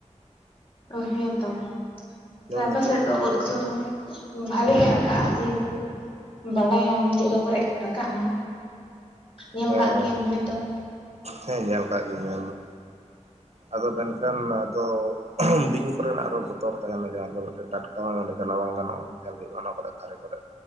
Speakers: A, on the left; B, on the right.
A: ᱚ ᱦᱮᱸ ᱛᱚ,
B: ᱡᱮᱢᱚᱱ
A: ᱡᱮ ᱟᱯᱮ
B: ᱱᱤᱛᱚᱜ
A: ᱥᱮᱫ ᱫᱚ ᱩᱫ ᱠᱚᱫᱚ ᱵᱷᱟᱞᱤ ᱜᱮ ᱨᱟᱠᱟᱜ-ᱟ, ᱡᱮᱦᱮᱛᱩ ᱵᱟᱲᱟᱭᱟᱢ ᱡᱟᱭᱜᱟ ᱠᱚᱨᱮᱫ ᱨᱟᱠᱟᱵ ᱟᱢ, ᱧᱮᱞ
B: ᱦᱮᱸ
A: ᱠᱟᱫ ᱜᱮᱭᱟᱢ ᱦᱚᱳᱭᱛᱳ ᱾
B: ᱦᱮᱸ ᱧᱮᱞ ᱠᱟᱜ ᱜᱤᱭᱟᱹᱧ ᱧᱮᱞ ᱫᱚ᱾ ᱟᱫᱚ ᱢᱮᱱᱠᱷᱟᱱ ᱟᱫᱚ ᱵᱤᱧ, ᱵᱤᱧ ᱠᱚᱨᱮᱱᱟᱜ ᱟᱨᱚ ᱵᱚᱛᱚᱨ ᱛᱟᱦᱮᱱᱟ ᱡᱟᱦᱟᱸ ᱫᱚ ᱢᱤᱫᱴᱮᱱ ᱴᱟᱴᱠᱟ ᱦᱚᱲ ᱚᱸᱰᱮ ᱪᱟᱞᱟᱣ ᱵᱟᱝ ᱜᱟᱱᱚᱜᱼᱟ ᱧᱮᱞ ᱦᱩᱭᱩᱜᱼᱟ ᱚᱱᱟ ᱠᱚᱨᱮ ᱫᱷᱟᱨᱮ ᱠᱚᱨᱮ᱾